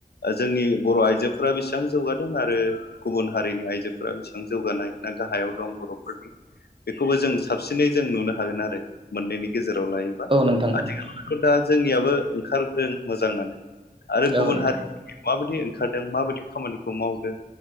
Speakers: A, on the left (about 85°); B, on the right (about 35°).
A: जोंनि बर' आइजोफोरा बेसेबां जौगादों आरो गुबुन हारिनि आइजोफोरा बेसेबां जौगानाय ना गाहायाव दं बर'फोरनि बेखौबो जों साबसिनै जों नुनो हागोन आरो मोननैनि गेजेर याव लायोबा
B: औ नोंथां औ
A: आथिखालावथ' दा जोंनियाबो ओंखारगदों मोजाङानो आरो गुबुन
B: औ नोंथां
A: हारि माबायदि ओंखारदों माबायदि खामानिखौ मावदों